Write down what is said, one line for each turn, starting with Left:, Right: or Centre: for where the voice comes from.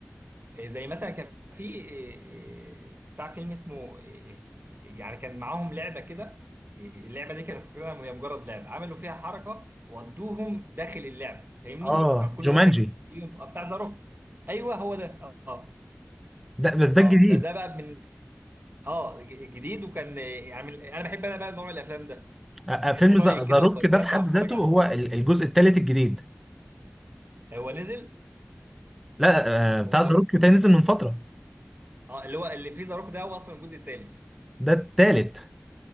Right: إيه، زي مثلا كان في إيه، إيه، بتاع فيلم اسمه إيه، إيه، يعني كان معاهم لعبه كده إيه، اللعبه دي كانوا فاكرينها هي مجرد لعبه عملوا فيها حركه ودوهم داخل اللعبه فاهمني
Centre: اه
Right: كان كل
Centre: جومانجي
Right: واحد فيهم آه، بتاع ذا روك ايوه هو ده اه
Centre: ده بس ده
Right: اه
Centre: الجديد
Right: ده ده بقى من اه ج- جديد وكان آه، يعني من- انا بحب انا بقى نوع من الافلام ده
Centre: أ- أ-
Right: بحس
Centre: فيلم
Right: شويه
Centre: ذا
Right: كده
Centre: روك
Right: وبستمتع
Centre: ده في حد
Right: وانا بتفرج
Centre: ذاته
Right: عليه
Centre: هو ال- الجزء الثالث الجديد
Right: هو نزل
Centre: لا آه، بتاع
Right: هو أو-
Centre: ذا روك ده نزل من فتره
Right: اه اللي هو اللي فيه ذا روك ده هو اصلا الجزء الثالث
Centre: ده التالت